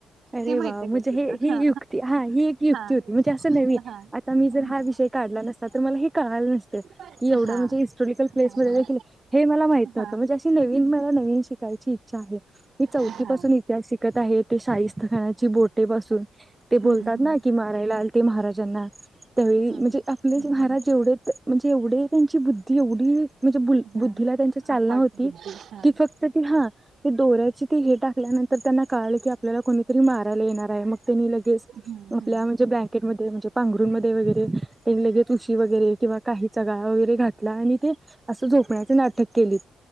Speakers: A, on the right; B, on the right.
A: अरे
B: हे माहित
A: वा
B: आहे
A: म्हणजे
B: का तुला
A: हे ही
B: हा
A: युक्ती, हा ही एक युक्ती
B: हा
A: होती. म्हणजे असं नव्हे,
B: हा
A: आता मी जर
B: हम्म
A: हा विषय काडला नसता तर मला हे कळालं नसतं,
B: हा
A: की एवढं
B: हा
A: म्हणजे हिस्टोरीकल प्लेसमध्ये
B: हा
A: देखील हे मला माहित नव्हतं
B: हा
A: म्हणजे अशी नवीन मला नवीन काय <unintelligible> <unintelligible> मी चौथी
B: हा
A: पासून इतिहास शिकत आहे. ते शाहीस खानाची बोटे बसून, ते बोलतात
B: हम्म
A: ना, की मारायला आलते महाराजांना त्यावेळी
B: हम्म
A: म्हणजे आपलेच
B: हम्म हम्म
A: महाराज एवढे म्हणजे एवढे, त्यांची बुद्धी एवढी म्हणजेु
B: हम्म
A: बुद्धीला
B: हा
A: त्यांची चालना
B: अफाट
A: होती,
B: बुद्धी हा
A: कि फक्त ती हा ते दोऱ्याचे ते हे टाकल्यानंतर त्यांना कळालं की आपल्या मारायला येणार हाय, मग त्यांनी लगेच,
B: हम्म
A: आपल्या
B: हम्म
A: म्हणजे ब्लँकेट म्हणजे पांघरुन मध्ये वगैरे, ते लगेच उशी वगैरे किंवा काही चगाळा वगैरे, घातला आणि ते असं झोपण्याच नाट क केली